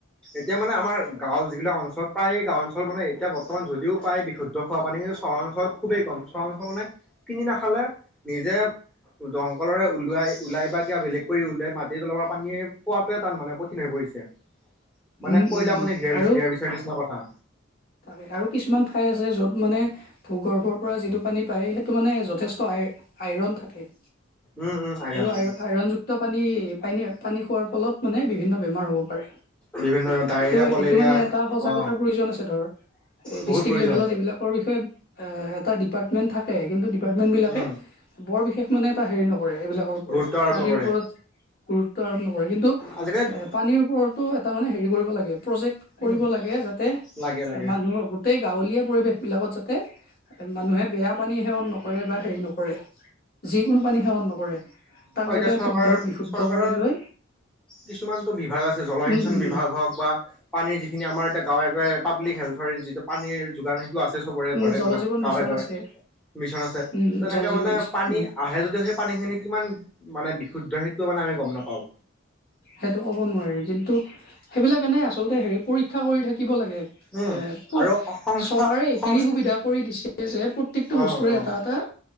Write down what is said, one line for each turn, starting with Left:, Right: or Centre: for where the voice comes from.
Centre: এতিয়া মানে আমাৰ গাঁও যিবিলাক অঞ্চল প্ৰায় গাঁও অঞ্চল মানে এতিয়া বৰ্তমান যদিও পায় বিশুদ্ধ খোৱা পানী কিন্তু চহৰত খুবেই কম চহৰ অঞ্চলৰ মানে কিনি নাখালে নিজে দমকলৰে ওলোৱাই ওলাই বা কিয়া বেলেগ কৰি ওলাই মাটিৰ তলৰ পৰা পানীয়ে পোৱাটোৱে তাৰ মানে কঠিন হৈ পৰিছে। মানে
Left: উম
Centre: কয়লাখনি
Left: উম উম
Centre: হেৰা
Left: আৰু
Centre: হেৰা বিচাৰ নিচিনা কথা
Left: তাকে আৰু কিছুমান ঠাই আছে য'ত মানে ভূগৰ্ভৰ পৰা যিটো পানী পায় সেইটো মানে যথেষ্ট আ আইৰণ থাকে।
Centre: উম উম। আইৰণ
Left: আৰু আ আইৰণযুক্ত পানী পানী পানী খোৱাৰ ফলত মানে বিভিন্ন বেমাৰ হ'ব পাৰে। ত
Centre: বিভিন্ন ডায়েৰিয়া
Left: এইটো
Centre: কলেৰিয়া
Left: মানে এটা সজাগতাৰ
Centre: অ'
Left: প্ৰয়োজন আছে ধৰ।
Centre: বহুত
Left: ডিষ্ট্ৰিক্ট
Centre: প্ৰয়োজন
Left: লেভেলত এইবিলাকৰ বিষয়ে এটা ডিপাৰ্টমেন্ট থাকে কিন্তু। ডিপাৰ্টমেণ্টবিলাকে
Centre: উম
Left: বৰ বিশেষ মানে এটা হেৰি নকৰে এইবিলাকৰ ওপৰত
Centre: গুৰুত্ব আৰোপ
Left: পানীৰ
Centre: নকৰে
Left: ওপৰত। গুৰুত্ব আৰোপ নকৰে কিন্তু
Centre: আজিকালি
Left: এ পানীৰ ওপৰতো এটা মানে হেৰি কৰিব লাগে প্ৰজেক্ট কৰিব
Centre: উম
Left: লাগে। যাতে
Centre: লাগে লাগে
Left: আম গো। গোটেই গাঁৱলীয়া পৰিৱেশ বিিলাকত যাতে মানুহে বেয়া পানী সেৱন নকৰে বা হেৰি নকৰে। যিকোনো পানী সেৱন নকৰে। তাক
Centre: হয়তি
Left: যাতে
Centre: চৰকাৰৰ
Left: শুদ্ধ বিশুদ্ধ
Centre: চৰকাৰৰ।
Left: কৰি লৈ
Centre: কিছুমানতটো বিভাগ আছে জলসিঞ্চন
Left: উম উম
Centre: বিভাগ
Left: উম
Centre: হওক বা পানীৰ যিখিনি আমাৰ। য়া গাঁৱে গাঁৱে পাব্লিক হেল্থৰ যিটো পানীৰ যোগান সেইটো আছে সবৰে ঘৰে
Left: উম জল
Centre: মানে
Left: জীৱন
Centre: গাঁৱে
Left: মিছন
Centre: গাঁৱে।
Left: আছে
Centre: মিছন আছে
Left: উম
Centre: তেনেকে
Left: জল জীৱন
Centre: মানে
Left: মিছন
Centre: পানী
Left: উম
Centre: আহে যদিও সেই পানী খিনি কিমান। মানে বিশুদ্ধ সেইটো মানে আমি গম নাপাওঁ।
Left: সেইটো ক'ব নোৱাৰি কিন্তু সেইবিলাক এনেই আচলতে হেৰি পৰীক্ষা কৰি থাকি। থাকিব লাগে এ
Centre: উম
Left: প
Centre: আৰু সংস্থা
Left: চৰকাৰে এইখিনি
Centre: সংস্থ
Left: সুবিধা কৰি দিছে যে প্ৰত্যেকটো বস্তুৰে্
Centre: অ' অ'
Left: এটা এটা।